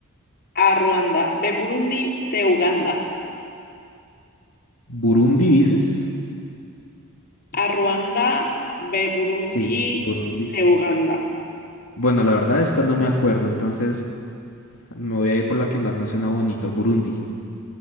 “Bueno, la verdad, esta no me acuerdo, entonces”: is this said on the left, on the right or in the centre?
Left